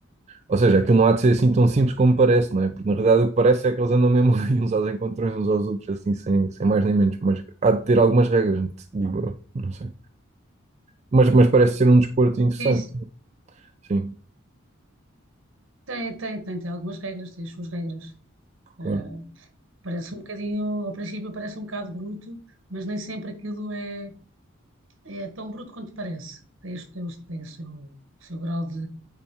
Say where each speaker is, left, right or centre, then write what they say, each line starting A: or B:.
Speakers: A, on the right; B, on the right.
A: ou seja, aquilo não há de ser assim tão simples como parece, não é? Porque na realidade o que parece é que eles andam mesmo <laughs> ali uns aos encontrões uns aos outros, assim, sem, sem mais nem menos. Mas há de ter algumas regras, digo eu, não sei. Mas, mas parece ser um desporto interessante.
B: E
A: Sim,
B: tem, tem, tem, tem algumas regras, tem as suas regras.
A: claro,
B: Ah, Parece um bocadinho, ao princípio parece um bocado bruto, mas nem sempre aquilo é, é tão bruto quanto parece. Tem, este- tem, o- tem o seu, o seu grau de,